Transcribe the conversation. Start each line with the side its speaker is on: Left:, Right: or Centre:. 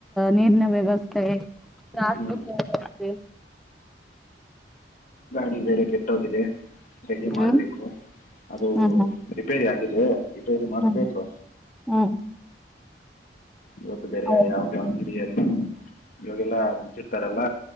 Centre: ನೀರಿನ ವ್ಯವಸ್ಥೆ ಜಾಸ್ತಿ್ಯ,
Left: ಹ್ಞೂ ಗಿ ಬೇರೆ <inaudible> ರೆಡಿ ಮಾಡಬೇಕು
Centre: ಹ್ಮ್
Left: ಅದು
Centre: ಹ್ಮ್
Left: ರಿಪೇರಿ ಆಗಿತ್ತು ಏಳ ರಿಪೇರ್ ಮಾಡಸ್ಬೇಕು
Centre: ಹ್ಮ್ ಹ್ಮ್ ಹ್ಮ್
Left: ಇವತ್ತು ಬೇರೆ ಯಾವ
Centre: ಹೌದು
Left: ಯಾವದು ಅಂಗಡಿ ಇಲ್ವಾ ಇವಾಗೆಲ್ಲಾ ಮುಂಚಿರ್ತಾರಲ್ಲ